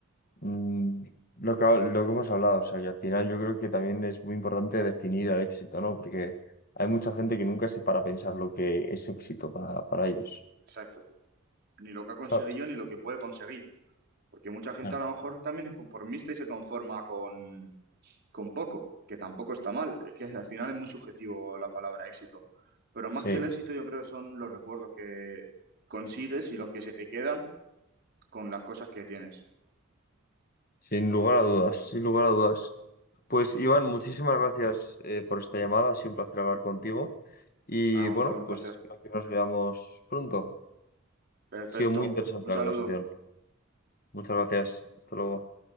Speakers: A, on the left (about 45°); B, on the right (about 50°).
A: mm, lo que, ha- lo que hemos hablado, o sea, que al final yo creo que también es muy importante definir el éxito, ¿no? Porque hay mucha gente que nunca se para a pensar lo que es éxito para, para ellos,
B: Exacto. Ni lo que ha conseguido
A: ¿sabes?
B: ni lo que puede conseguir. Porque mucha gente
A: Claro.
B: a lo mejor también es conformista y se conforma con, con poco, que tampoco está mal. Es que al final es muy subjetivo la palabra éxito. Pero más
A: Sí,
B: que el éxito, yo creo que son los recuerdos que consigues y los que se te quedan con las cosas que tienes.
A: sin lugar a dudas, sin lugar a dudas. Pues Iván, muchísimas gracias eh, por esta llamada, ha sido un placer hablar contigo. Y
B: Ah, Gonzalo,
A: bueno,
B: un placer.
A: pues espero que nos veamos pronto.
B: Perfecto.
A: Ha sido muy interesante
B: Un
A: la
B: saludo.
A: conversación. Muchas gracias. Hasta luego.